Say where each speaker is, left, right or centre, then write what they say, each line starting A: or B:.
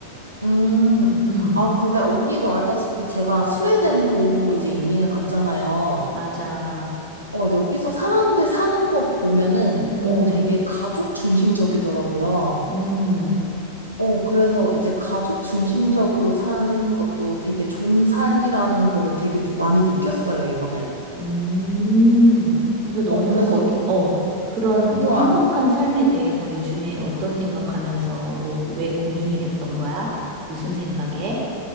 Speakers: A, on the right; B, on the right.
A: 음.
B: 음,
A: 아, 근데 언니도 알다시피 제가 스웨덴으로 이제 이민을 갔잖아요.
B: 맞아.
A: 어, 여기서 사람들 사는 거 보면은,
B: 음,
A: 어, 되게 가족 중심적이더라고요.
B: 음,
A: 어, 그래서 이제 가족 중심적으로 사는 것도 되게 좋은 삶이라는 거를 되게 느- 많이 느꼈어요, 이번에.
B: 음. 그래서 너는
A: 어, 그래서,
B: 거기, 어, 그런
A: 와,
B: 행복한 삶에 대해서 요즘에 어떤 생각하면서 뭐, 왜 고민이 됐던 거야? 무슨 생각에?